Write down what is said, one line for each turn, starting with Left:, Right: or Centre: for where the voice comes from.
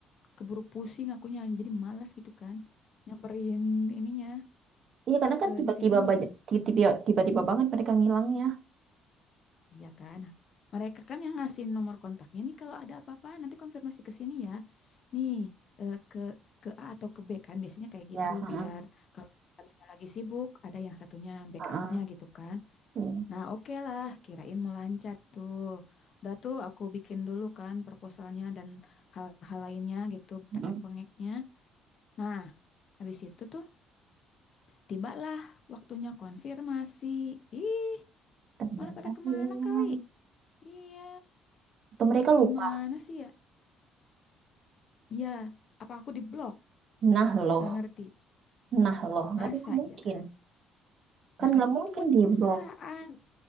Left: keburu pusing akunya. Jadi malas gitu kan. Nyamperin ininya
Right: Iya, karena kan
Left: ke
Right: tiba-tiba
Left: divisinya.
Right: banyak, tiba-tiba, tiba-tiba banget mereka ngilangnya.
Left: Iya kan. Nah, Mereka kan yang ngasih nomor kontaknya nih. Kalau ada apa-apa nanti konfirmasi ke sini ya. Nih, eh, ke ke A atau ke B kan. Biasanya kayak
Right: Ya,
Left: gitu
Right: Heeh,
Left: biar kalau satunya lagi sibuk, ada yang satunya backupnya
Right: heeh.
Left: gitu kan.
Right: Iya.
Left: Nah, oke lah, kirain mau lancar tuh. Udah tuh aku bikin dulu kan proposalnya dan hal-hal lainnya gitu,
Right: mm
Left: tek-tek bengeknya. Nah, habis itu tuh tibalah waktunya konfirmasi. Ih,
Right: Ternyata
Left: malah pada kemana
Right: hilang.
Left: kali? Iya,
Right: Atau mereka lupa.
Left: gimana sih ya? Iya, apa aku di blok?
Right: Nah loh,
Left: Gak ngerti.
Right: nah loh, nggak
Left: Masa
Right: ada- nggak mungkin.
Left: iya kan?
Right: Kan
Left: Nah
Right: nggak
Left: kan
Right: mungkin
Left: ini buat
Right: di
Left: perusahaan.
Right: blok.